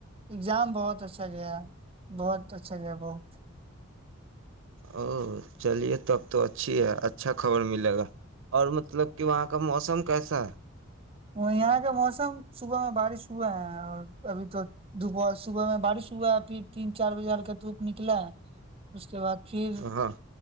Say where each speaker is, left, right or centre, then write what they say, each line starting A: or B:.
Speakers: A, on the right; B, on the right.
A: اگزام بہت اچھا گیا بہت اچھا گیا بہت
B: او چلیے تب تو اچھی ہے اچھا خبر ملے گا اور مطلب کہ وہاں کا موسم کیسا ہے
A: وہ یہاں کا موسم صبح میں بارش ہوا ہے اور ابھی تو دوپہر صبح میں بارش ہوا ہے پھر تین چار بجے ہک دھوپ نکلا ہے اس کے بعد پھر
B: ہے ہاں